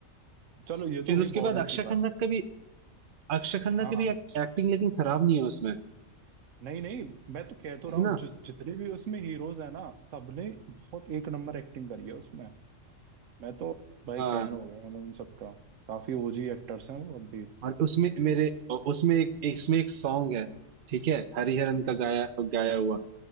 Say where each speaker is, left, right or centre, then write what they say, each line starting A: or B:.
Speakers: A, on the right (about 70°); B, on the right (about 55°).
A: चलो ये तो
B: फिर
A: हुई
B: उसके
A: बॉर्डर
B: बाद अक्षय
A: की बात
B: खन्ना का भी अक्षय खन्ना
A: हाँ
B: की भी एक्टिंग लेकिन खराब नहीं है उसमें
A: नहीं नहीं मैं तो कह तो
B: है
A: रहा हूँ
B: ना
A: जि, जितने भी उसमें हीरोज है ना सबने बहुत एक नंबर एक्टिंग करी है उसमें मैं तो भाई
B: हाँ
A: फैन हो गया मतलब उन सबका काफी ओजी एक्टर्स हैं वो अब भी
B: और उसमें मेरे उसमें एक इसमें एक सॉन्ग है ठीक है हरिहरन
A: हम्म
B: का गाया गाया हुआ